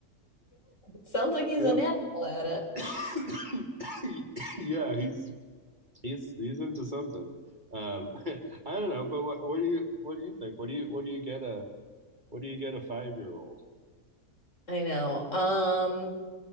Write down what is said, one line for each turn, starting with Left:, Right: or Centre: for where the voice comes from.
Left: Sounds like he's
Right: Yeah,
Left: a natural at it.
Right: <coughs> yeah, he's he's he's into something. Um, <laughs> I don't know, but what what do you what do you think? What do you what do you get a what do you get a five year old?
Left: I know. Um,